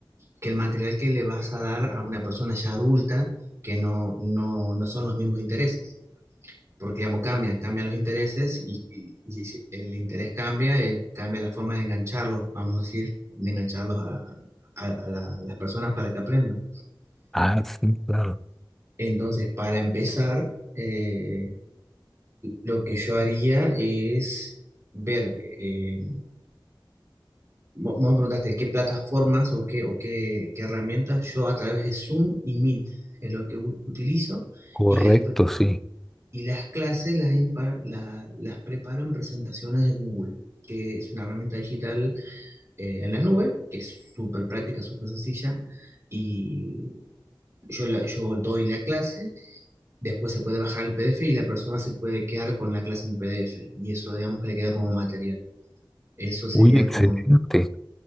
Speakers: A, on the right; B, in the centre.
A: que el material que le vas a dar a una persona ya adulta, que no, no, no son los mismos intereses porque digamos, cambian, cambian los intereses y, y- y si el interés cambia, eh, cambia la forma de engancharlos, vamos a decir, de engancharlos a, a- a la- a las personas para que aprendan.
B: Ah, sí, claro.
A: Entonces, para empezar, eh, lo que yo haría es ver, eh, vos vos me preguntaste qué plataformas o qué, o qué, qué herramientas yo a través de Zoom y Meet es lo que u- utilizo.
B: Correcto,
A: Y las,
B: sí.
A: Y las clases las, impar- la- las preparo en presentaciones de Google, que es una herramienta digital eh, en la nube, que es súper práctica, súper sencilla. Y yo, la- yo doy la clase, después se puede bajar el PDF y la persona se puede quedar con la clase en PDF. Y eso, digamos que le queda como material. Eso sería
B: Uy, excelente.
A: como,